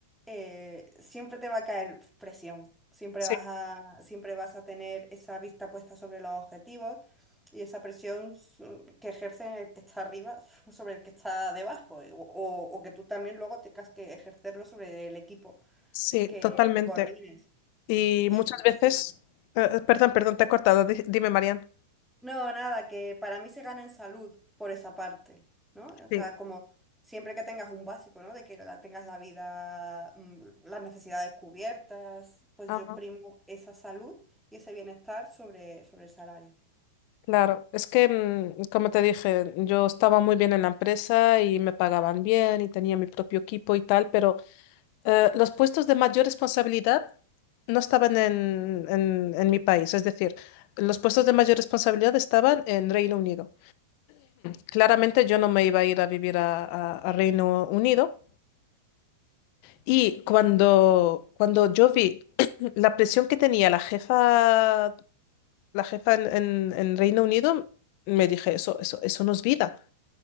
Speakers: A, in the centre; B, on the left.
A: eh, siempre te va a caer presión. Siempre
B: Sí,
A: vas a, siempre vas a tener esa vista puesta sobre los objetivos y esa presión s- que ejerce el que está arriba <laughs> sobre el que está debajo, o, o- o que tú también luego tengas que ejercerlo sobre el equipo
B: sí,
A: que,
B: totalmente.
A: que coordines.
B: Y
A: Y
B: muchas veces,
A: sí.
B: eh, eh, perdón, perdón, te he cortado. Di- dime, Marian.
A: No, nada, que para mí se gana en salud por esa parte, ¿no? O sea,
B: Sí.
A: como siempre que tengas un básico, ¿no? De que la, tengas la vida, mm, las necesidades cubiertas, pues
B: Ajá.
A: yo primo esa salud y ese bienestar sobre, sobre el salario.
B: Claro, es que, mm, como te dije, yo estaba muy bien en la empresa y me pagaban bien y tenía mi propio equipo y tal, pero Eh, los puestos de mayor responsabilidad no estaban en, en- en mi país, es decir, los puestos de mayor responsabilidad estaban en Reino Unido. Claramente yo no me iba a ir a vivir a, a- a Reino Unido y cuando, cuando yo vi <clears throat> la presión que tenía la jefa, la jefa en, en- en Reino Unido, me dije, eso, eso, eso no es vida.